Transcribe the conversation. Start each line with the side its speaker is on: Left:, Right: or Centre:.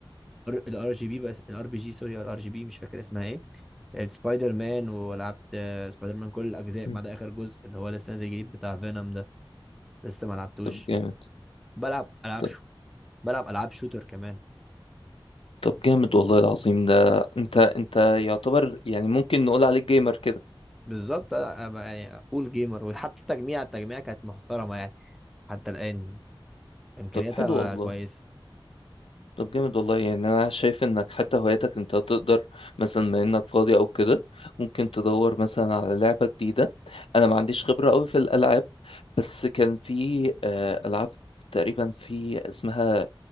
Centre: الار جي بي بس الار بي جي سوري الار جي بي مش فاكر اسمها ايه سبايدر مان ولعبت آه، سبايدر مان كل الاجزاء
Left: م.
Centre: ما عدا اخر جزء اللي هو لسه نازل جديد بتاع فينوم ده لسه ما لعبتوش
Left: طب جامد
Centre: بلعب العاب
Left: طب
Centre: شو بلعب العاب شوتر كمان
Left: طب جامد والله العظيم ده انت انت يعتبر يعني ممكن نقول عليك جيمر كده
Centre: بالظبط أنا- أنا يعني اقول جيمر وحتى التجميع التجميع كانت محترمه يعني حتى الان امكانياتها
Left: طب حلو والله
Centre: كويسه
Left: طب جامد والله يعني انا شايف انك حتى هواياتك انت تقدر مثلا ما انك فاضي او كده ممكن تدور مثلا على لعبة جديدة انا ما عنديش خبرة قوي في الالعاب بس كان في آه، العاب تقريبا في اسمها